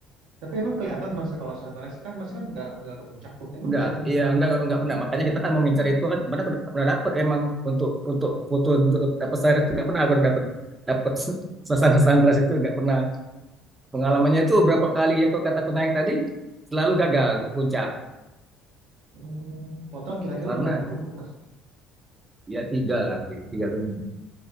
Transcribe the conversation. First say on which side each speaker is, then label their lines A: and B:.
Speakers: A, on the right (about 70°); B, on the right (about 25°).
A: Tapi emang kelihatan mas ya, kalau sunrise kan mas kan nggak nggak ke puncak tuh. Emang
B: Enggak,
A: kelihatan
B: iya enggak enggak pernah. Makanya kita kan mau ngincer itu kan kemana aku udah pernah dapet emang untuk untuk foto untuk dapat sunrise enggak pernah aku dapat dapat <laughs> suasana sunrise itu enggak pernah. Pengalamannya
A: Hmm,
B: itu berapa kali ya kalau kata aku naik tadi selalu gagal ke puncak
A: hmm, total kira-kira
B: karena
A: udah berapa gunung, Mas?
B: ya tiga lah, ya, tiga gunung.